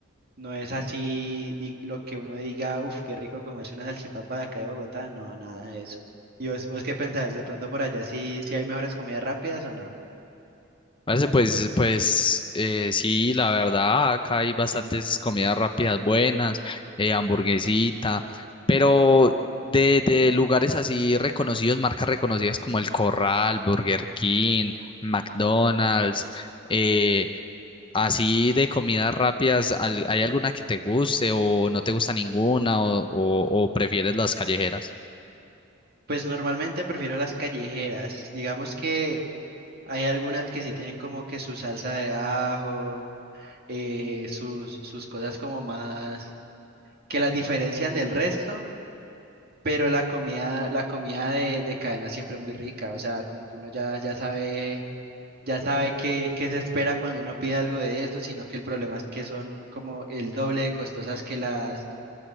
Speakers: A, on the right; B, on the left.
A: no es así di- lo que uno diga, uff, qué rico comerse una salchipapa de acá de Bogotá, no, nada de eso. ¿Y vos, vos qué pensás? ¿De pronto por allá sí, sí hay mejores comidas rápidas o no?
B: Parece, pues, pues eh, sí, la verdad, acá hay bastantes comidas rápidas buenas, eh, hamburguesita, pero de, de lugares así reconocidos, marcas reconocidas como El Corral, Burger King, McDonald's, eh, así de comidas rápidas, ¿al- ¿hay alguna que te guste o no te gusta ninguna o, o o prefieres las callejeras?
A: Pues normalmente prefiero las callejeras. Digamos que hay algunas que sí tienen como que su salsa de ajo, eh, sus, sus cosas como más que las diferencian del resto, pero la comida, la comida de, de cadena siempre es muy rica. O sea, como que uno ya, ya sabe, ya sabe qué, qué se espera cuando uno pide algo de eso, sino que el problema es que son como el doble de costosas que las,